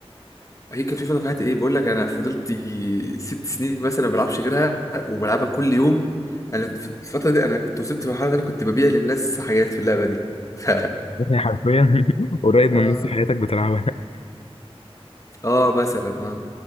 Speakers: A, on the left; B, on the left.
A: هي كان في فتره في حياتي ايه بقول لك انا فضلت يجي ست سنين مثلا ما بلعبش غيرها وبلعبها كل يوم انا في الفتره دي انا كنت وصلت لمرحله ان انا كنت ببيع للناس حاجات في اللعبه دي <laughs> ف...
B: يعني حرفيا <laughs> قريب
A: آه.
B: من نص حياتك بتلعبها <laughs>
A: اه مثلا اه